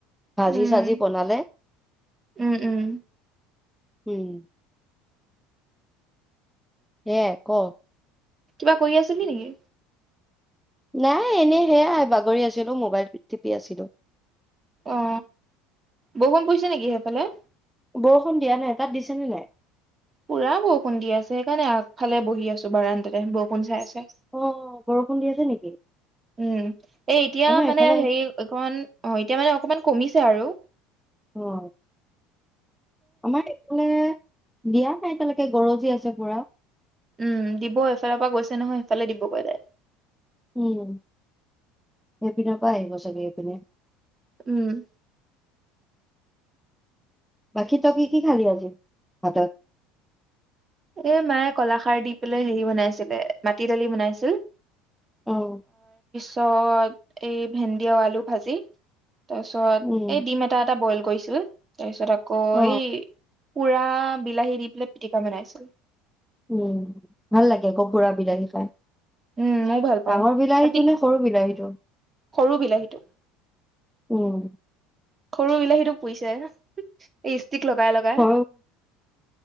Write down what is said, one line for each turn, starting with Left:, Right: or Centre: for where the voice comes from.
Centre: ভাজি-চাজি
Right: উম
Centre: বনালে?
Right: উম উম
Centre: হম। এ ক'।
Right: কিবা কৰি আছিলি নেকি?
Centre: নাই, এনে সেয়াই বাগৰি আছিলো, মোবাইল টিপি আছিলো।
Right: অ' বৰষুণ পৰিছে নেকি, সেইফালে?
Centre: বৰষুণ দিয়া নাই, তাত দিছেনে নাই?
Right: পুৰা বৰষুণ দি আছে সেইকাৰণে আগফালে বহি আছো বাৰাণ্ডাতে, বৰষুণ চাই আছো।
Centre: অ বৰষুণ দি আছে নেকি?
Right: উম, এই এতিয়া
Centre: আমাৰ
Right: মানে
Centre: এইফালে
Right: হেৰি এইখন অ এতিয়া মানে অকমান। কমিছে আৰু।
Centre: অ। আমাৰ এইফালে। বিয়া, এ এতিয়ালৈকে গৰজি আছে পুৰা।
Right: উম, দিব এইফালৰ পৰা গৈছে নহয়, সেইফালে দিবগৈ তাই।
Centre: উম, সেইপিনৰ পৰা আহিব চাগে, এই পিনে।
Right: উম।
Centre: বাকী ত কি, কি খালি আজি ভাতত?
Right: এ মায়ে কলাখাৰ দি পেলেই হেৰি বনাইছিলে, মাটি দালি বনাইছিল।
Centre: অহ।
Right: ত, এই ভেন্দি আৰু আলু ভাজি। তাৰ পিছত,
Centre: উম
Right: এই ডিম এটা-এটা বইল কৰিছে। তাৰপিছত আকৌ। কয়।
Centre: অ
Right: পুৰা বিলাহী দি পেলাই, পিটিকা বনাইছো। <inaudible>
Centre: উম, ভাল লাগে, কুকুৰা বিলাহী খাই।
Right: উম ময়ও ভাল পাওঁ
Centre: ডাঙৰ বিলাহীটো
Right: তাতে
Centre: নে, সৰু বিলাহী হীটো।
Right: সৰু বিলাহীটো।
Centre: উম।
Right: সৰু বিলাহীটো পুৰিছে, <inaudible>
Centre: <inaudible>
Right: লগাই
Centre: অ'।